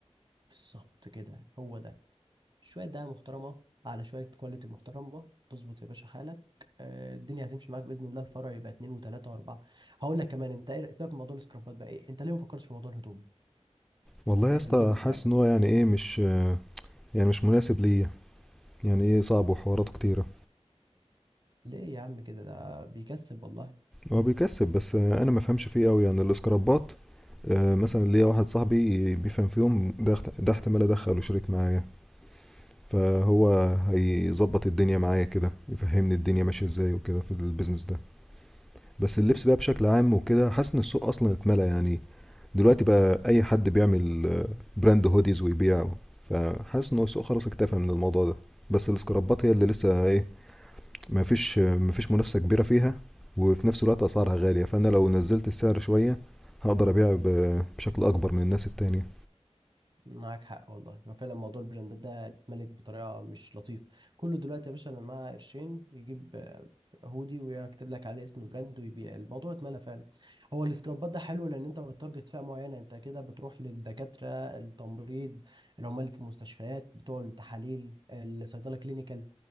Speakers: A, on the right (about 45°); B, in the centre.
A: بالظبط كده هو ده شوية دقة محترمة على شوية كواليتي محترمة تظبط يا باشا حالك آه، الدنيا هتمشي معاك بإذن الله الفرع يبقى اتنين وتلاتة وأربعة هقول لك كمان أنت إيه سيبك من موضوع السكرابات بقى إيه أنت ليه ما فكرتش في موضوع الهدوم
B: والله يا
A: اللبس
B: اسطى حاسس
A: يعني
B: ان هو يعني ايه مش آه، يعني مش مناسب ليا يعني ايه صعب وحواراته كتيرة
A: ليه يا عم كده ده بيكسب والله
B: هو بيكسب بس آه، انا ما فهمش فيه قوي يعني الاسكرابات آه، مثلا ليا واحد صاحبي بيفهم فيهم ده احت- ده احتمال ادخله شريك معايا فهو هيظبط الدنيا معايا كده يفهمني الدنيا ماشيه ازاي وكده في البيزنس ده بس اللبس بقى بشكل عام وكده حاسس ان السوق اصلا اتملى يعني دلوقتي بقى اي حد بيعمل آه، براند هوديز ويبيعه فحاسس ان هو السوق خلاص اكتفى من الموضوع ده بس السكرابات هي اللي لسه ايه ما فيش ما فيش منافسة كبيرة فيها وفي نفس الوقت اسعارها غالية فانا لو نزلت السعر شوية هقدر ابيع ب- بشكل اكبر من الناس التانية
A: معاك حق والله هو فعلا موضوع البراندات ده اتملت بطريقه مش لطيفه كله دلوقتي يا باشا انا معاه قرشين يجيب آه، هودي ويكتب لك عليه اسم براند ويبيع الموضوع اتملى فعلا هو السكرابات ده حلو لان انت بتارجت فئه معينه انت كده بتروح للدكاتره التمريض العمال اللي في المستشفيات بتوع التحاليل الصيدله كلينيكال